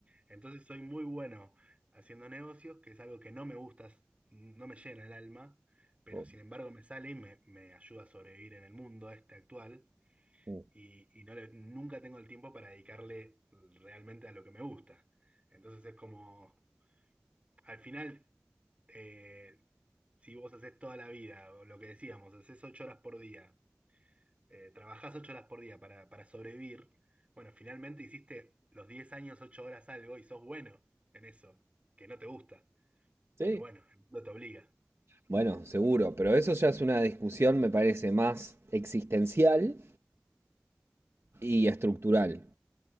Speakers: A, on the right; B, on the right.
A: Entonces soy muy bueno haciendo negocios, que es algo que no me gusta, no me llena el alma, pero
B: Oh,
A: sin embargo me sale y me, me ayuda a sobrevivir en el mundo este actual
B: oh.
A: y, y no le- nunca tengo el tiempo para dedicarle realmente a lo que me gusta. Entonces es como, al final, eh, si vos haces toda la vida, o lo que decíamos, haces ocho horas por día, eh, trabajás ocho horas por día para, para sobrevivir, bueno, finalmente hiciste los 10 años, ocho horas algo y sos bueno en eso, que no te gusta,
B: Sí.
A: pero bueno, el mundo te obliga,
B: Bueno, seguro, pero eso ya es una discusión, me parece, más existencial y estructural.